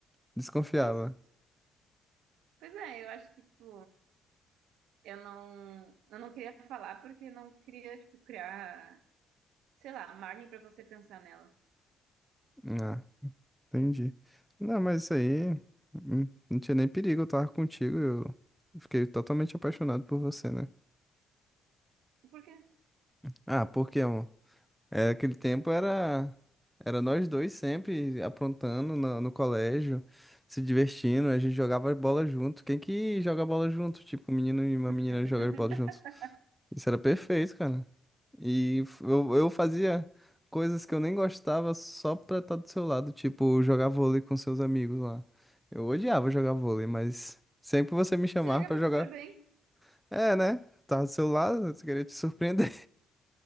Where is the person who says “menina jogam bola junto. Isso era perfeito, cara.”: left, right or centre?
Centre